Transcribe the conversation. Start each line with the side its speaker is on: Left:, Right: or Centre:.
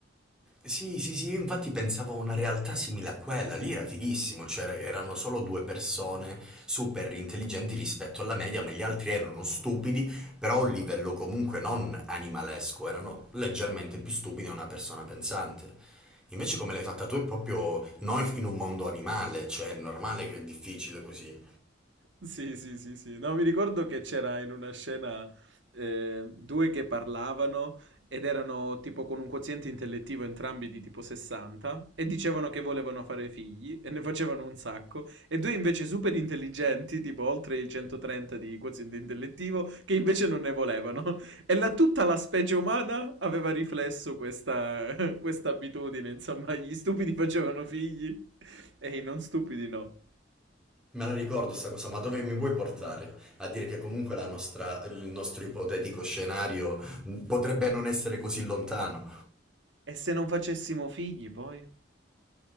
Centre: Sì, sì, sì, io infatti pensavo a una realtà simile a quella, lì era fighissimo, cioè er- erano solo due persone super intelligenti rispetto alla media, ma gli altri erano stupidi, però a un livello comunque non animalesco, erano leggermente più stupidi di una persona pensante. Invece come l'hai fatta tu è proprio noi in un mondo animale, cioè è normale che è difficile così.
Right: Sì, sì, sì, sì. No, mi ricordo che c'era in una scena eh, due che parlavano ed erano tipo con un quoziente intellettivo entrambi di tipo 60 e dicevano che volevano fare figli e ne facevano un sacco e due invece super intelligenti, tipo oltre il 130 di quoziente intellettivo, che invece non ne volevano. E la, tutta la specie umana aveva riflesso questa, <laughs> questa abitudine, insomma, gli stupidi facevano figli e i non stupidi no.
Centre: Me la ricordo sta cosa, ma dove mi vuoi portare? A dire che comunque la nostra- il nostro ipotetico scenario potrebbe non essere così lontano.
Right: E se non facessimo figli poi?